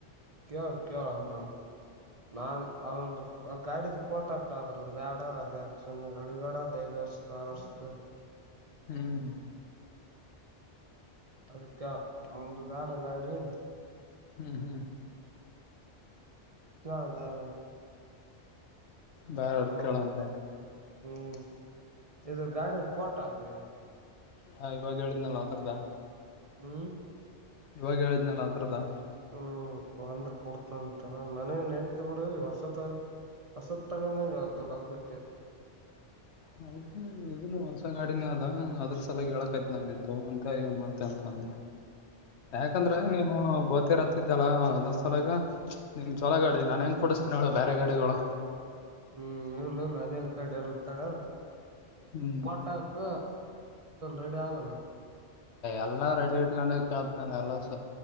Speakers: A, on the right; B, on the left.
A: ಕೇಳ ಕೇಳವ್ನೊಮ್ ನಾನ್ ಅವಂದು ಅ ಗಾಡಿದ ಪೋಟಾಕ ಅದ್ರದ ಬೇಡ ಅದ ಯಕ ಸುಮ್ನೆ ಗಳಿಗಡದ ಐದ <unintelligible>
B: ಹ್ಮ್
A: ಐತಳ ಅವಂದು ಬ್ಯಾಡ ಗಾಡಿ
B: ಹ್ಮ್ ಹ್ಮ್.
A: <unintelligible>
B: ಬಾರ ಹೊಳ್
A: ಚಲೋ
B: ಕೇಳಂತ.
A: ಹ್ಮ್ ಇದು ಗಾಡಿಯ ಪೋಟ ಹಾಕ್ ನೀನು.
B: ಹ ಇವಾಗ ಹೇಳಿದ್ನಲ್ಲ ಅದರ್್ದ.
A: ಹ್ಮ್.
B: ಇವಾಗ ಹೇಳಿದ್ನಲ್ಲ ಅದ್ರದ್ದ.
A: ಹ್ಮ್ ಒಂದಕ್ ಬಿಡ್ತನ ಅಂತರ ನನಗ ನಡಿದ್ದ ಬಿಡು ಹೊಸತ. ಹಸತ್ತಗಂದಂಗ್ದಲ್ಲ ಅದಕ್ಕೆ.
B: ಹೌ ಇದನ್ನು ಹೊಲ್ಸ ಗಾಡಿನೇ ಅದ ಅದ್ರ ಸಲ ಹೇಳಕಾಯತಿ ನಾನ ನಿಂತ ಅಂತ ಏನ್ ಮಾಡ್ತೆ ಅಂತ. ಒಂದು ಯಾಕಂದ್ರೆ ನೀನು ಗೊತ್ತಿರ ಲ್ಲಾ ಅದ ಸಲಗ ನಿನ್ ಜೋಲ ಗಾಡಿ ನಾನನ್ ಹೆಂಗ ಕೊಡಿಸ್ತೀನ ಅವಳ ಬೇರೆ ಗಾಡಿಗಳು.
A: ಹ್ಮ್ ಇರ್ಲ ಇರ್ಲ ಅದೇಡತ್ತಾಗ
B: ಹ್ಮ್
A: ಪೋಟಕ್. ರೆಡಿ ಆಗಲ್ಲ.
B: ಎಲ್ಲಾ ರೆಡಿ ಇಟ್ಕೊಂಡ ಕೇಳತ ನಾನ ಎಲ್ಲಸ.